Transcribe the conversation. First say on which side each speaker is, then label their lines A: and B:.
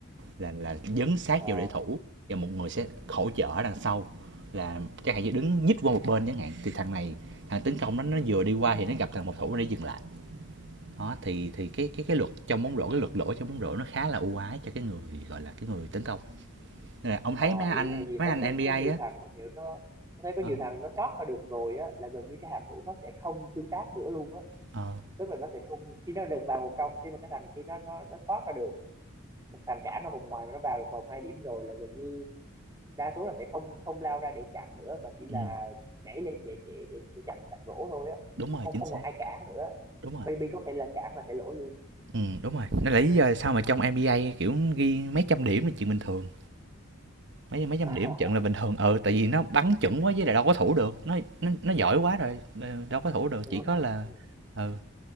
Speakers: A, on the right (about 55°); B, on the right (about 15°).
A: là là dấn sát
B: Ờ,
A: vô để thủ và một người sẽ hỗ trợ ở đằng sau là chẳng hạn như đứng nhích qua một bên chẳng hạn thì thằng này thằng tấn công nó nó vừa đi qua thì nó gặp thằng một thủ để dừng lại đó thì thì cái cái cái luật trong bóng rổ cái luật lỗi trong bóng rổ nó khá là ưu ái cho cái người gọi là cái người tấn công nên là ông thấy
B: Ờ,
A: mấy anh
B: hiểu hay gì
A: mấy
B: thấy
A: anh
B: có
A: NBA
B: có nhiều
A: á
B: thằng mà kiểu nó nó thấy có
A: ờ,
B: nhiều thằng nó thoát ra được rồi á là gần như cái hàm thủ nó sẽ không tương tác nữa luôn á
A: ờ,
B: tức là nó sẽ không khi nó được vào vòng trong khi mà cái thằng khi nó nó nó thoát ra được một thằng cản ở vòng ngoài mà nó vào được vòng hai điểm rồi là gần như đa số là sẽ không không lao ra để chặn nữa mà chỉ là
A: ừ,
B: nhảy lên để để để, để chặn chặn rổ thôi á
A: đúng
B: chứ
A: rồi
B: không
A: chính
B: không
A: xác
B: còn ai cản nữa
A: đúng rồi
B: maybe có thể là cản là sẽ lỗi luôn
A: ừ, đúng rồi nên là lý do tại sao mà trong NBA kiểu ghi mấy trăm điểm là chuyện bình thường mấy mấy trăm
B: <laughs>
A: điểm trận là bình thường ừ tại vì nó bắn chuẩn quá với lại đâu có thủ được nó nó, nó giỏi quá rồi ờ, đâu có thủ được
B: đúng
A: chỉ có
B: rồi
A: là ừ